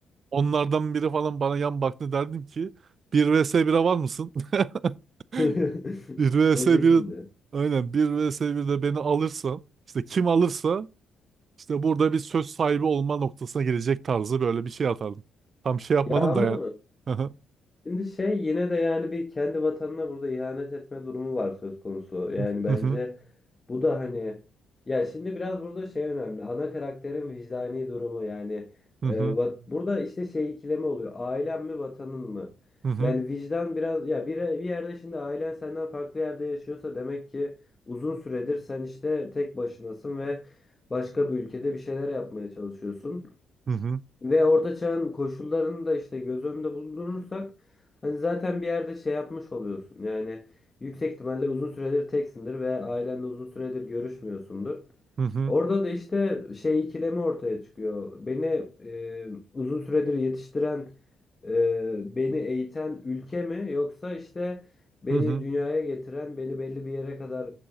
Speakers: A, on the right; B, on the left.
A: Onlardan biri falan bana yan baktı derdim ki 1 vs 1'e var mısın? <laughs>
B: <laughs>
A: 1
B: O
A: vs
B: şekilde.
A: 1 aynen 1 vs birde beni alırsan işte kim alırsa işte burada bir söz sahibi olma noktasına gelecek tarzı böyle bir şey atardım. Tam şey yapmadım
B: Ya ama
A: da yani. <laughs>
B: Şimdi şey yine de yani bir kendi vatanına burada ihanet etme durumu var söz konusu. Yani
A: Hı
B: bence
A: hı, hı
B: bu da hani ya şimdi biraz burada şey önemli. Ana karakterin vicdani durumu yani
A: hı,
B: e, vat- burada işte şey ikileme oluyor. Ailen mi vatanın mı?
A: hı hı,
B: Yani vicdan biraz ya bir, bir yerde şimdi ailen senden farklı yerde yaşıyorsa demek ki uzun süredir sen işte tek başınasın ve başka bir ülkede bir şeyler yapmaya çalışıyorsun.
A: hı hı,
B: Ve orta çağın koşullarını da işte göz önünde bulundurursak hani zaten bir yerde şey yapmış oluyorsun. Yani yüksek ihtimalle uzun süredir teksindir ve ailenle uzun süredir görüşmüyorsundur.
A: hı hı,
B: Orada da işte şey ikilemi ortaya çıkıyor. Beni e, uzun süredir yetiştiren, e, beni eğiten ülke mi yoksa işte beni
A: hı hı,
B: dünyaya getiren, beni belli bir yere kadar